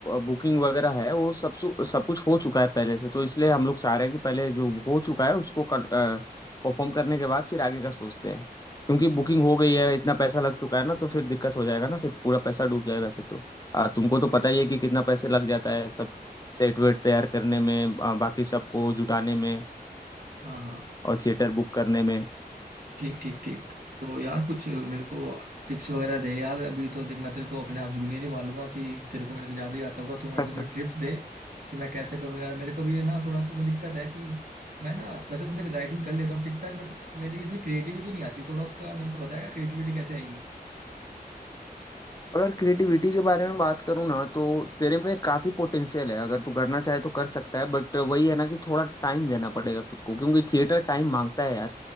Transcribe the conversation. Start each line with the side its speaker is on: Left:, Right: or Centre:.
Left: बुकिंग वगैरह है वो सब सु- सब कुछ हो चुका है पहले से तो इसलिए हम लोग चाह रहे हैं कि पहले जो हो चुका है उसको परफॉर्म करने के बाद फिर आगे का सोचते हैं
Right: अच्छा
Left: क्योंकि बुकिंग
Right: अच्छा
Left: हो गई है इतना पैसा लग चुका है ना तो फिर दिक्कत हो जाएगा ना फिर पूरा पैसा डूब जाएगा फिर तो आ, तुमको
Right: ठीक
Left: तो पता
Right: है
Left: ही है कि कितना पैसे लग जाता है सब सेट वेट तैयार करने में आ, बाकी सबको जुटाने में
Right: हाँ हाँ
Left: और थिएटर बुक करने में
Right: ठीक ठीक ठीक तो यार कुछ मेरे को टिप्स वगैरह दे यार अभी तो देख मैं तेरे को अपने आप जूनियर ही मान लूंगा कि तेरे को मेरे से ज़्यादा ही आता होगा तो मेरे
Left: <laughs>
Right: को थोड़ी टिप्स दे कि मैं कैसे करूँ यार मेरे को भी ना थोड़ा सा में दिक्कत है कि मैं ना वैसे तो देख राइटिंग कर लेता हूँ ठीक ठाक बट मेरी इसमें क्रिएटिविटी नहीं आती थोड़ा उसका मेरे को बताएगा क्रिएटिविटी कैसे आएगी
Left: अगर क्रिएटिविटी के बारे में बात करूँ ना तो तेरे में काफी पोटेंशियल है अगर तू करना चाहे तो कर सकता है बट वही है ना कि थोड़ा टाइम देना पड़ेगा खुद को क्योंकि थिएटर टाइम मांगता है यार